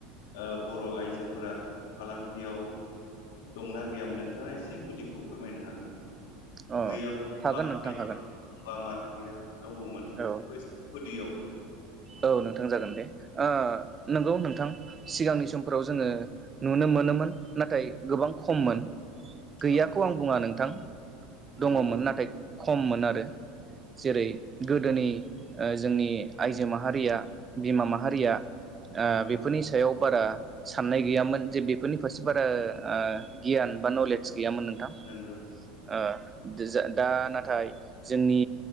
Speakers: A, on the left; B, on the right.
A: ओ बर' आइजोफोरा फालांगियाव दंना गैयामोन नोंथाङा एसे गुदिखौ फोरमायनो हागोन नामा?
B: अ
A: गैयाबो <unintelligible>
B: हागोन नोंथां हागोन
A: मानो। गैया दङमोन बेफोरखौ
B: औ
A: एसे गुदियाव
B: औ नोंथां जागोन दे ओ नंगौ नोंथां सिगांनि समफोराव जोङो नुनो मोनोमोन नाथाय गोबां खममोन गैयाखौ
A: औ
B: आं बुङा नोंथां दङमोन
A: नंगौ
B: नाथाय खममोन आरो जेरै गोदोनि ओ जोंनि आइजो जो माहारिया बिमा माहारिया ओ
A: औ
B: बेफोरनि सायाव बारा साननाय गैयामोन जे बेफोरनि फारसे बारा आं गियान बा नलेज गैयामोन नोंथां
A: नंगौ
B: ओ दा नाथाय जोंनि